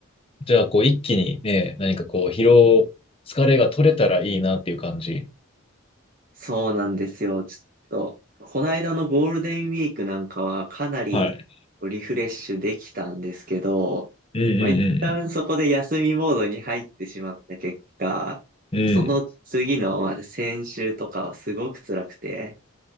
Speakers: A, on the left; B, on the right.
A: じゃあ、こう、一気にね、何かこう、疲労、疲れが取れたらいいなっていう感じ。
B: そうなんですよ。ちょっと、この間のゴールデンウィークなんかはかなり
A: はい。
B: リフレッシュできたんですけど、
A: うんうん
B: まあ、一旦そこで休みモードに入ってしまった結果、
A: うんうん。
B: その次の、
A: うん。
B: まあ、先週とかはすごく辛くて、